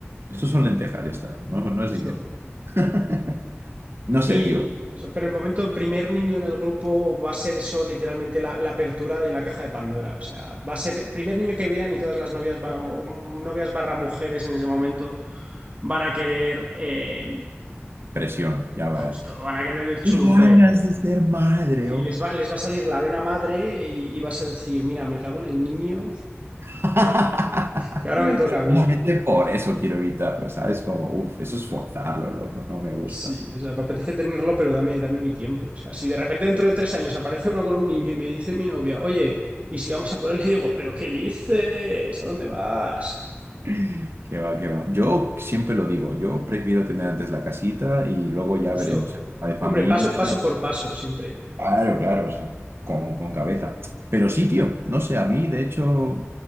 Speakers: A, on the right (about 65°); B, on the right (about 30°).
A: Estos son lentejas, ya está. No, no
B: Justo.
A: es dinero. <laughs> No sé,
B: Y
A: tío.
B: eso, pero el momento primer niño en el grupo va a ser eso, literalmente la, la apertura de la caja de Pandora. O sea, va a ser primer niño que vean y todas las novias, va- novias barra mujeres en ese momento van a querer, eh,
A: Presión, ya va.
B: justo, van a querer el churumbel.
A: Qué ganas de ser madre,
B: Sí,
A: oh.
B: les va, les va a salir la vena madre y, y vas a decir, mira, me cago en el niño,
A: <laughs>
B: que ahora me toca
A: Precisamente
B: a mí.
A: por eso quiero evitarlo, ¿sabes? Como, uff, eso es forzarlo, loco, no me gusta.
B: Sí, o sea, me apetece tenerlo, pero dame, dame mi tiempo. O sea, si de repente dentro de tres años aparece uno con un niño y me dice mi novia, oye, y si vamos a por él, le digo, ¿pero qué dices? ¿A dónde vas?
A: Qué va, qué va. Yo siempre lo digo, yo prefiero tener antes la casita y luego ya
B: Justo.
A: veremos. la De familia,
B: Hombre, paso, paso por paso, siempre.
A: claro, claro, o sea, con, con cabeza. Pero sí, tío, no sé, a mí, de hecho,